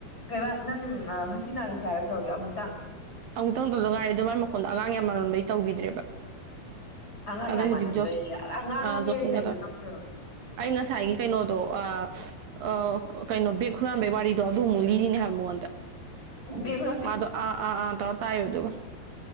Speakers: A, on the left; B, on the right.
A: ꯀꯩꯕ ꯅꯪ ꯍꯣꯁꯇꯤꯅꯥꯗ ꯀꯌꯥꯔꯛ ꯇꯧꯔꯒꯦ ꯑꯃꯨꯛꯇꯪ
B: ꯑꯃꯨꯛꯇꯪ ꯇꯧꯗ ꯉꯥꯏꯔꯤ ꯑꯗꯨ ꯃꯥꯏ ꯃꯈꯣꯟꯗꯣ ꯑꯉꯥꯡ ꯌꯥꯝ ꯃꯥꯂꯝꯕꯩ ꯇꯧꯈꯤꯗ꯭ꯔꯦꯕ
A: ꯑꯉꯥꯡ
B: ꯑꯗꯩ
A: ꯌꯥꯝ
B: ꯍꯧꯖꯤꯛ
A: ꯃꯥꯟꯃꯟꯕꯩꯌꯦ
B: ꯖꯣꯁ
A: ꯑꯉꯥꯡꯅꯦ
B: ꯑ ꯖꯣꯁꯂꯤꯟꯒ
A: ꯀꯩꯅꯣ
B: ꯇꯧꯔꯦ
A: ꯅꯪꯁꯨ
B: ꯑꯩ ꯉꯁꯥꯏꯒꯤ ꯀꯩꯅꯣꯗꯣ ꯑ ꯑ ꯀꯩꯅꯣ ꯕꯦꯛ ꯍꯨꯔꯥꯟꯕꯩ ꯋꯥꯔꯤꯗꯣ ꯑꯗꯨ ꯑꯃꯨꯛ ꯂꯤꯔꯤꯅꯦ ꯍꯥꯏꯕ ꯃꯉꯣꯟꯗ
A: ꯕꯦꯛ <unintelligible>
B: ꯃꯥꯗꯣ ꯑꯥ ꯑꯥ ꯑꯥ ꯇꯧꯔ ꯇꯥꯏꯕ ꯑꯗꯨꯒ